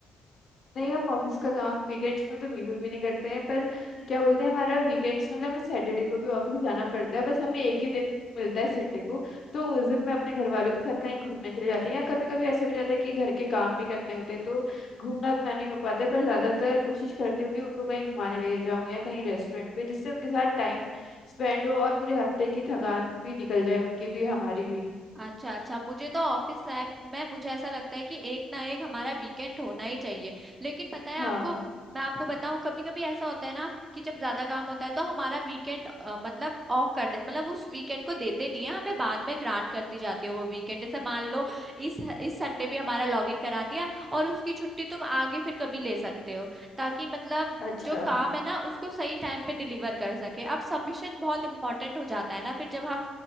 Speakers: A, on the left (about 50°); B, on the right (about 25°).
A: नहीं हम ऑफिस का काम वीकेंड्स में तो बिल्कुल भी नहीं करते हैं पर
B: काम
A: क्या बोलते हैं हमारा वीकेंड्स मतलब हमें सैटरडे को भी ऑफिस जाना पड़ता है बस हमें एक ही दिन मिलता है संडे को तो उस दिन मैं अपने घर वालों के साथ कहीं घूमने चले जाते हैं या कभी कभी ऐसा भी जाता है कि घर के काम भी करने होते हैं तो घूमना उतना नहीं हो पाता है, पर ज्यादातर कोशिश करती हूँ कि उनको कहीं घुमाने ले जाऊँ या कहीं रेस्टोरेंट पे जिससे उनके साथ टाइम स्पेंड हो और पूरे हफ्ते की थकान भी निकल जाए उनकी भी हमारी भी
B: अच्छा अच्छा मुझे तो ऑफिस लाइफ में मुझे ऐसा लगता है कि एक ना एक हमारा वीकेंड होना ही चाहिए लेकिन पता है
A: हाँ
B: आपको मैं आपको बताऊं कभी कभी ऐसा होता है ना कि जब ज्यादा काम होता है तो हमारा वीकेंड मतलब ऑफ कर दे मतलब उस वीकेंड को देते नहीं है हमें बाद में ग्रांट कर दी जाती है वो वीकेंड जैसे मान लो इस इस संडे भी हमारा लॉग इन करा दिया और उसकी छुट्टी तुम आगे फिर कभी ले सकते हो ताकि मतलब
A: अच्छा
B: जो काम है ना उसको सही टाइम पे डिलीवर कर सके अब सबमिशन बहुत इंपॉर्टेंट हो जाता है ना फिर जब हम